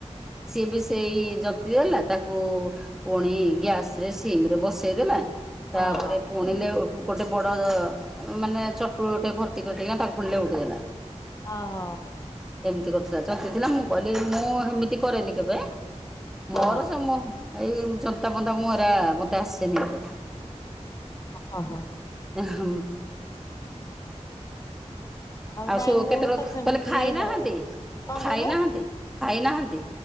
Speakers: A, in the centre; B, on the left.
A: ସିଏ ବି ସେଇ ଜନ୍ତିଦେଲା ତାକୁ ପୁଣି ଗ୍ୟାସରେ ସି ସିମ୍ ରେ ବସେଇ ଦେଲା
B: ହଁ
A: ତାପରେ ପୁଣି ଲେଉ ଗୋଟେ ବଡ଼ ମାନେ ଚଟୁଟେ ଭର୍ତ୍ତି କରିଦେଇକିନା ତାକୁଫୁଣି ଲେଉଟେଇ ଦେଲା।
B: ଅ ହ
A: ଏମିତି କରୁଥିଲା ଜନ୍ତିଥିଲା ମୁଁ କହିଲି ମୁଁ ହେମିତି କରେନି କେବେ
B: ହଁ
A: ମୋର ସେମୁଁ ଏଇ ଯନ୍ତା ଫନ୍ତା ମୁଁ ଏରା ମୋତେ ଆସେନି ଏତେ।
B: ହଁ <inaudible>
A: ଉ ହୂ ଉ ଆଉ
B: ନାଇଁ
A: ସବୁ
B: ମୁଁ
A: କେତେବେଳେ
B: ତ ସେମିତି
A: କହିଲି ଖାଇନାଁହାନ୍ତି
B: ଡାଇରେକ୍ଟ କଣ
A: ଖାଇନାଁହାନ୍ତି।
B: କହିଲେ?
A: ଖାଇନାହାଁନ୍ତି।